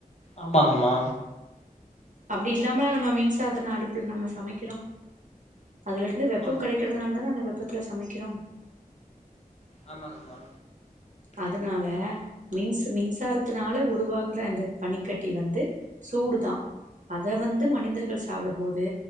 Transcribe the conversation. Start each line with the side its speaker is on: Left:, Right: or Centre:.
Left: ஆமாங்மா
Right: அப்டி இல்லாமலா நம்ம மின்சாதன அடுப்புல நம்ம சமைக்கிறோ அதுல இருந்து வெப்பம்
Left: ஆமாங்கம்மா
Right: கெடைக்கிறதுனால தான அந்த வெப்பத்துல சமைக்கிறோ
Left: ஆமாங்கமா
Right: அதனால மின்சு மின்சாரத்துனால உருவாகற அந்த பனிக்கட்டி வந்து சூடுதா அத வந்து மனிதர்கள் சாப்டும்போது